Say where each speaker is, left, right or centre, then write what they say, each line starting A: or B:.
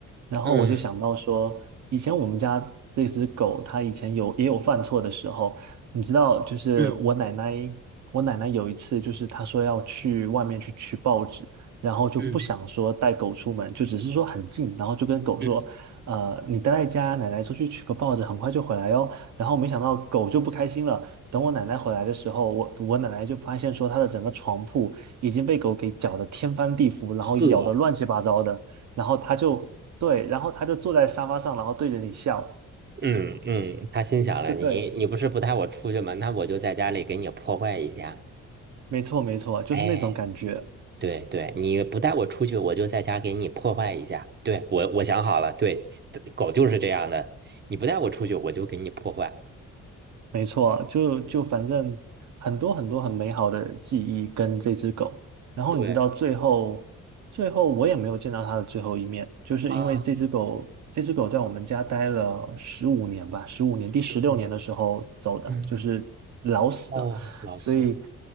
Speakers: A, on the right; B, on the right.
A: 然后我就想到说，
B: 嗯，
A: 以前我们家这只狗，它以前有也有犯错的时候。你知道，就是我奶奶，
B: 嗯
A: 我奶奶有一次就是她说要去外面去取报纸，然后就不想说带狗出门，
B: 嗯
A: 就只是说很近，然后就跟狗说，
B: 嗯，
A: 呃，你待在家，奶奶出去取个报纸，很快就回来哦。然后没想到狗就不开心了。等我奶奶回来的时候，我我奶奶就发现说她的整个床铺已经被狗给搅得天翻地覆，然后咬得乱七八糟的。
B: 呵，
A: 然后她就对，然后她就坐在沙发上，然后对着你笑，
B: 嗯嗯，他心想了，
A: 就对，
B: 你你不是不带我出去吗？那我就在家里给你破坏一下。
A: 没错没错，就是那种感觉。
B: 哎，对对，你不带我出去，我就在家给你破坏一下。对，我我想好了，对，狗就是这样的，你不带我出去，我就给你破坏。
A: 没错，就就反正很多很多很美好的记忆跟这只狗。然后你知道最后，
B: 对
A: 最后我也没有见到它的最后一面，就是因为这只狗，
B: 啊，
A: 这只狗在我们家待了十五年吧，十五年，第十六年的时候走的，
B: 师傅，嗯
A: 就是老死的。
B: 哦，老师，
A: 所以